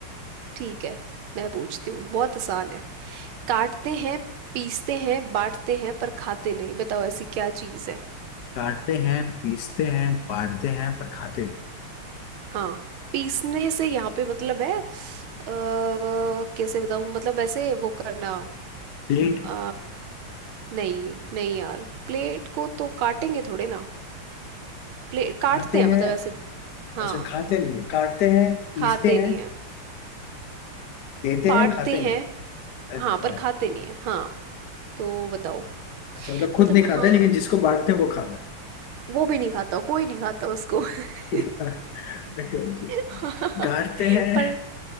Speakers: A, on the right (about 75°); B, on the left (about 65°).
A: ठीक है मैं पूछती हूँ बहुत आसान है काटते हैं पीसते हैं बांटते हैं पर खाते नहीं बताओ ऐसी क्या चीज है
B: काटते हैं पीसते हैं बांटते हैं पर खाते नहीं
A: हाँ पीसने से यहाँ पे मतलब है अ, कैसे बताऊं मतलब ऐसे वो करना
B: प्लेट
A: अ, नहीं नहीं यार प्लेट को तो काटेंगे थोड़े ना प्लेट काटते
B: खाते
A: हैं मतलब
B: हैं
A: ऐसे हाँ
B: अच्छा खाते नहीं है। काटते हैं पीसते
A: खाते
B: हैं
A: नहीं है
B: देते
A: बांटते
B: हैं खाते
A: हैं
B: नहीं
A: हाँ
B: अच्छा
A: पर खाते नहीं है हाँ तो बताओ
B: अच्छा मतलब खुद
A: मतलब
B: नहीं
A: हाँ
B: खाते लेकिन जिसको बांटते हैं वो खाता है
A: वो भी नहीं खाता कोई नहीं खाता उसको <laughs>
B: ठीक है <laughs> Okay, okay.
A: हाँ,
B: काटते हैं
A: पर